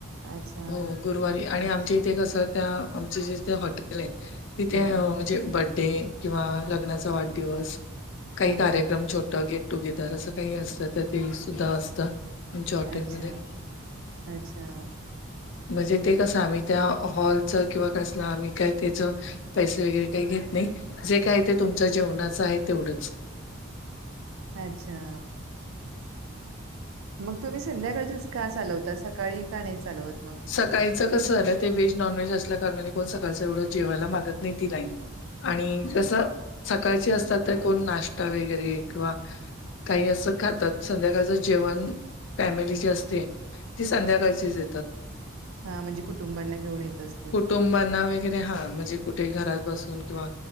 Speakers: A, on the right; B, on the left.
A: अच्छा.
B: हो गुरुवारी आणि आमच्या इथे कसं? त्या आमचे जिथे हॉटेल आहे- तिथे
A: हा
B: म्हणजे
A: हा
B: बड्डे किंवा लग्नाचा वाढदिवस काही
A: हा
B: कार्यक्रम
A: हा हा
B: छोट- गेट टुगेदर असं काही असल तर ते सुद्धा असतं. तुमच्या हॉटेलमध्ये.
A: अच्छा अच्छा
B: म्हणजे ते कसं आम्ही त्या हॉलच किंवा कसला आम्ही काय त्याच- पैसे वगैरे काही घेत नाही. जे काय ते तुमच्या जेवणाचं आहे तेवढंच.
A: अच्छा. मग तुम्ही संध्याकाळचेच असं का चालवता? सकाळी का नाही चालवत मग?
B: सकाळीच कसं झालंय? ते व्हेज, नॉन व्हेज असल्या कारणाने कोण सकाळच एवढं जेवायला मागत नाही ती लाईन. आणि कसं? सकाळची असतात तर कोण नाश्ता वगैरे किंवा- काही असं खातात. संध्याकाळचं जेवण फॅमिली जी असते- ती संध्याकाळचीच येतात.
A: हां. म्हणजे कुटुंबांना घेऊन येत असतील?
B: कुटुंबांना वगैरे, हा. म्हणजे कुठे घरात बसून किंवा